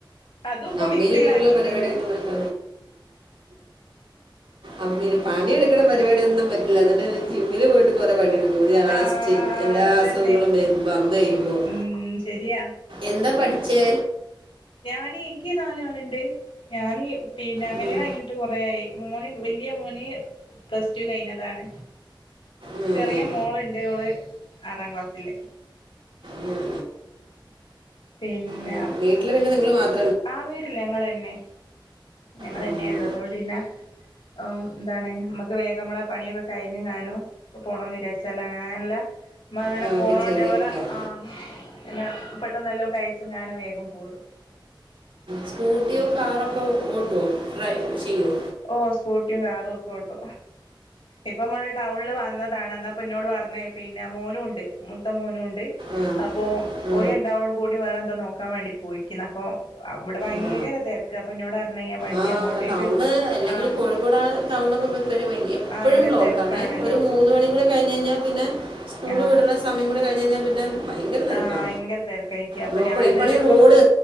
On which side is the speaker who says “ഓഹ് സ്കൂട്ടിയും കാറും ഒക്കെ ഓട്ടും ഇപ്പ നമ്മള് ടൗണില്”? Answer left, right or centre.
Left